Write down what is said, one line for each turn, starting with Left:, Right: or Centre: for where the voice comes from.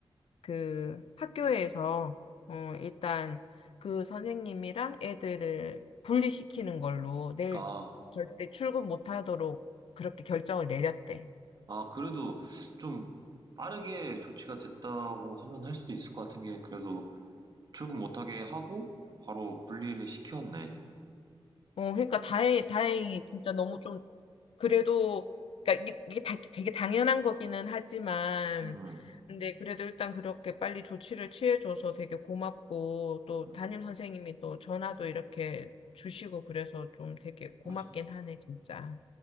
Left: 그 학교에서 어, 일단 그 선생님이랑 애들을 분리시키는 걸로 내일
Right: 아,
Left: 절대 출근 못 하도록 그렇게 결정을 내렸대.
Right: 아, 그래도 좀 빠르게 조치가 됐다고 하면 할 수도 있을 것 같은 게 그래도 출근 못하게 하고 바로 분리를 시켰네.
Left: 어, 그러니까 다행, 다행히 진짜 너무 좀 그래도 그러니까 이게, 이게 다, 되게 당연한 거기는 하지만
Right: 음,
Left: 근데 그래도 일단 그렇게 빨리 조치를 취해줘서 되게 고맙고 또
Right: 음,
Left: 담임 선생님이 또 전화도 이렇게 주시고 그래서 좀 되게 고맙긴
Right: 아,
Left: 하네 진짜.